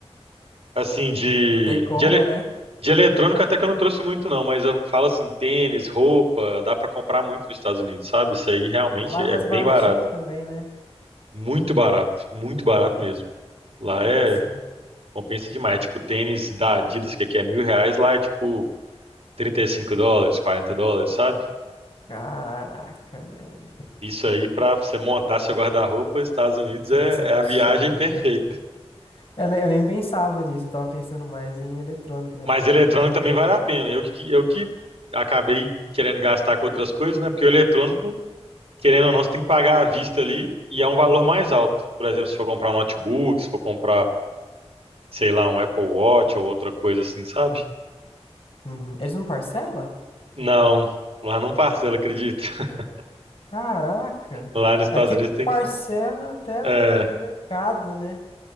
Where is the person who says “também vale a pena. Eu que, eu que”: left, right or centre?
Right